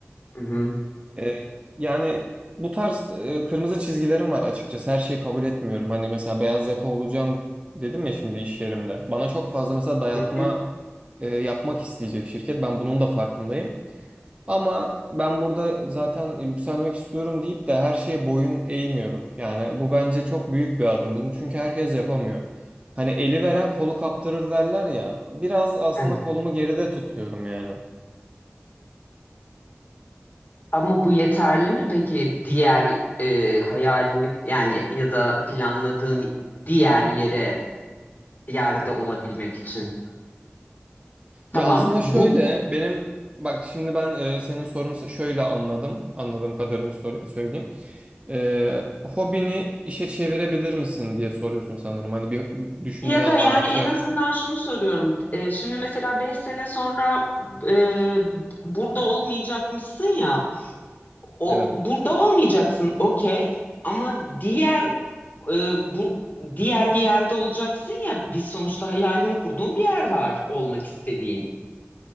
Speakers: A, on the left; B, on the right.
A: Hı hı.
B: E, yani bu tarz e, kırmızı çizgilerim var açıkçası. Her şeyi kabul etmiyorum. Hani mesela beyaz yaka olacağım dedim ya şimdi iş yerimde. Bana çok fazla mesela dayatma
A: Hı hı.
B: e, yapmak isteyecek şirket. Ben bunun da farkındayım. Ama ben burada zaten yükselmek istiyorum deyip de her şeye boyun eğmiyorum. Yani bu bence çok büyük bir adım. Bunu çünkü herkes yapamıyor. Hani eli veren kolu kaptırır derler ya. Biraz aslında
A: Evet.
B: kolumu geride tutuyorum yani.
A: Ama bu yeterli mi peki diğer e, hayalini yani ya da planladığın diğer yere yerde olabilmek için? Tamam
B: Ya aslında
A: bu
B: şöyle benim bak şimdi ben e, senin sorunu şöyle anladım. Anladığım kadarını sor- söyleyeyim. E, hobini işe çevirebilir misin diye soruyorsun sanırım. Hani bir düşüncen
A: ya da yani
B: var mı? Atıyorum.
A: en azından şunu söylüyorum. E, şimdi mesela 5 sene sonra e, burada olmayacakmışsın ya. O
B: Evet,
A: burada olmayacaksın okey ama diğer e, bu diğer bir yerde olacaksın ya. Biz sonuçta hayalini kurduğun bir yer var olmak istediğin.